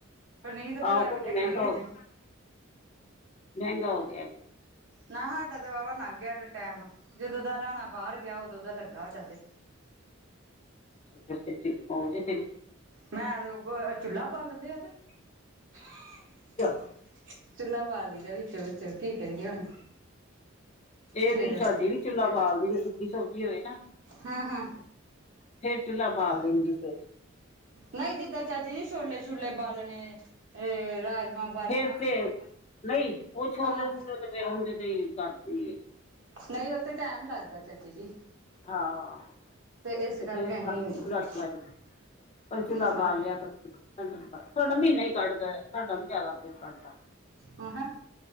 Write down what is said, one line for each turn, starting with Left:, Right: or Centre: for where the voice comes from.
Right: ਪਰਨੀਤ
Left: ਗਿਆ
Right: ਭਰਾ
Left: ਆਹੋ ਕਹਿੰਦੀ
Right: ਕੇ ਲੈ ਕੇ
Left: ਮਹਿੰਗਾ
Right: ਆਈ! ਅੱਜ
Left: ਹੋ ਗਿਆ ਮਹਿੰਗਾ ਹੋ ਗਿਆ
Right: ਨਾ ਸਾਡਾ ਤੇ, ਵਾਹਵਾ ਲੰਘ ਗਿਆ ਟਾਈਮ, ਜਦੋਂ ਦਾ ਰਾਣਾ ਬਾਹਰ ਗਿਆ! ਉਦੋਂ ਦਾ ਲੱਗਾ ਸਾਡੇ
Left: ਉਹ ਸ <unintelligible>
Right: ਮੈਂ ਤੇ ਚੁੱਲ੍ਹਾ ਬਾਲਣ ਦੇ ਆ ਤੇ। <unintelligible>
Left: ਚੱਲ
Right: ਚੁਲਾ ਬਾਲ ਲਈ ਦਾ ਵਿੱਚੋ -ਵਿੱਚੋ, ਕੀ ਕਰੀਏ ਹੁਣ।
Left: ਇਹ
Right: ਫਿਰ
Left: ਵੀ ਸਾਡੀ ਵੀ ਚੁੱਲਾ ਬਾਲਦੀ, ਜੇ ਸੁੱਕੀ ਸਬਜ਼ੀ ਹੋਵੇ ਨਾ।
Right: ਹਾਂ ਹਾਂ
Left: ਫੇਰ ਚੁੱਲ੍ਹਾ, ਬਾਲ ਲੈਂਦੀ ਫਿਰ
Right: ਨਹੀਂ ਜਿੱਦਾਂ ਚਾਚੀ ਜੀ ਛੋਲੇ- ਛੂਲੇ ਬਾਲਣੇ, ਰਾਜਮਾਂਹ।
Left: ਫੇਰ ਤੇ, ਨਹੀਂ ਉਹ ਛੋਲੇ-
Right: ਆਹ
Left: ਛੂਲੇ ਤੇ ਫੇਰ ਉਹਦੇ ਤੇ ਹੀ ਕਰਦੀ ਏ।
Right: ਨਹੀਂ ਉਥੇ ਟਾਈਮ, ਲੱਗਦਾ ਚਾਚੀ ਜੀ।
Left: ਹਾਂ।
Right: ਇਸ
Left: ਤੇ
Right: ਕਰਕੇ
Left: ਫਿਰ
Right: ਅਸੀਂ
Left: ਚਲਾ ਪਰ ਚੂੱਲਾ
Right: ਨਾ
Left: ਬਾਲ ਲਿਆ ਕਰੋ। ਸਾਡਾ ਮਹੀਨਾ ਈ ਕੱਢਦਾ, ਸਾਡਾ ਨੀ ਜ਼ਿਆਦਾ ਚਿਰ ਕੱਢਦਾ
Right: ਆਹਾ।